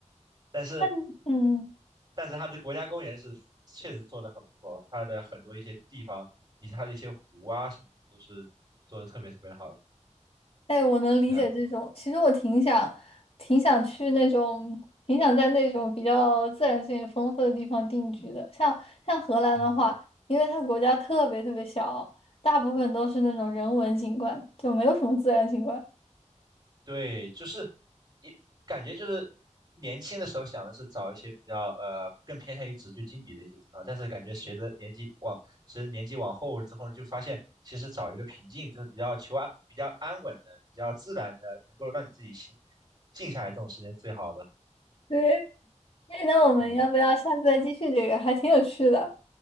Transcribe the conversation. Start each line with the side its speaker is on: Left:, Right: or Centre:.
Right: 但是
Left: 但嗯，
Right: 但是它的国家公园是确实做的很不错，它的很多一些地方以及它的一些湖啊什么的都是做的特别特别的好的。
Left: 哎，我能理解这种。
Right: 那
Left: 其实我挺想，挺想去那种，挺想在那种比较自然资源丰富的地方定居的。像像荷兰的话，
Right: 嗯。
Left: 因为它国家特别特别小，大部分都是那种人文景观，就没有什么自然景观。
Right: 对，就是也感觉就是年轻的时候想的是找一些比较呃更偏向于纸醉金迷的一些地方，但是感觉随着年纪往随着年纪往后之后，就发现其实找一个平静，就是比较求安、比较安稳的、比较自然的，能够让你自己心静下来这种时间是最好的。
Left: 对，那我们要不要下次再继续这个？
Right: 对，
Left: 还挺有趣的。